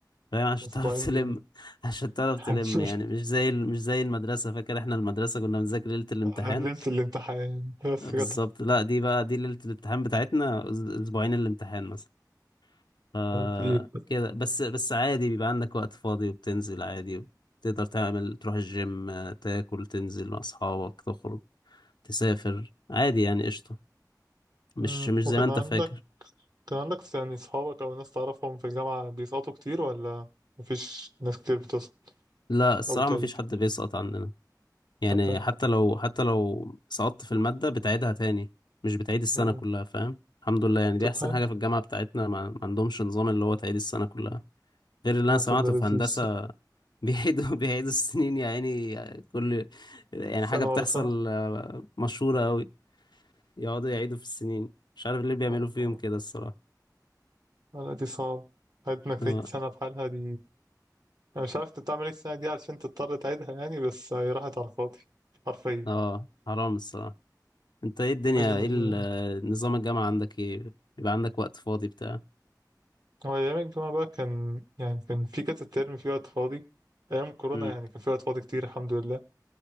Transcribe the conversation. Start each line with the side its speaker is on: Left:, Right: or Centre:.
Left: فاهم عشان
Right: اسبوعين
Left: تعرف تلم
Right: دي
Left: <laughs> عشان تعرف
Right: <laughs>
Left: تلم يعني مش زي ال- مش زي المدرسة فاكر احنا المدرسة كنا بنذاكر ليلة الامتحان
Right: نزلت الامتحان بس
Left: بالظبط
Right: جت
Left: لا دي بقى دي ليلة الامتحان بتاعتنا أس- اسبوعين الامتحان مثلا ف
Right: في ايد
Left: كده بس بس عادي بيبقى عندك وقت فاضي وبتنزل عادي تقدر تعمل تروح الجيم آه، تاكل تنزل مع أصحابك تخرج تسافر عادي يعني قشطة مش
Right: مم.
Left: مش
Right: وكان
Left: زي ما أنت
Right: عندك
Left: فاكر
Right: كان عندك يعني صحابك او ناس تعرفهم في الجامعة بيسقطوا كتير ولا مفيش ناس كتير بتسقط
Left: لا الصراحة
Right: او بتعيد
Left: مفيش حد بيسقط عننا يعني
Right: طب حلو
Left: حتى لو حتى لو سقطت في المادة بتعيدها تاني مش بتعيد السنة
Right: مم.
Left: كلها فاهم الحمد لله يعني دي
Right: طب
Left: أحسن
Right: حلو
Left: حاجة في الجامعة بتاعتنا ما ما عندهمش نظام اللي هو تعيد السنة كلها غير اللي
Right: هتبقى
Left: انا سمعته
Right: لذيذ
Left: في هندسة
Right: الصراحة.
Left: بيعيدوا <laughs> بيعيدوا السنين يا عيني كل يعني
Right: سنة
Left: حاجة بتحصل
Right: ورا سنة
Left: آه، مشهورة أوي يقعدوا يعيدوا في السنين مش عارف ليه بيعملوا
Right: آه،
Left: فيهم
Right: آه.
Left: كده الصراحة
Right: لا دي صعبة حياتي انك تعيد
Left: اه
Right: سنة بحالها دي انا مش عارف انت بتعمل ايه السنة دي علشان تضطر تعيدها يعني بس هي راحت على الفاضي حرفيا
Left: آه، حرام الصراحة انت ايه الدنيا
Right: ال...
Left: ايه ال- آه، نظام الجامعة عندك ايه بيبقى عندك وقت فاضي بتاع
Right: هو أيام الجامعة بقى كان يعني كان في كذا ترم في وقت فاضي أيام كورونا
Left: مم،
Right: يعني كان في وقت فاضي كتير الحمد لله